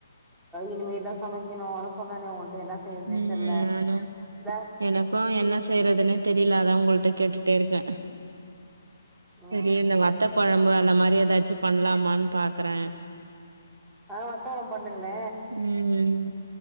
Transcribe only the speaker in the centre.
இனிமேதான் சமைக்கணும் அத சொன்னனே உங்களிட்ட என்ன செய்ய
<unintelligible> தெரில
<unintelligible> கூட்டல
ம்
ஆ வத்தவொளம் பண்ணுங்களே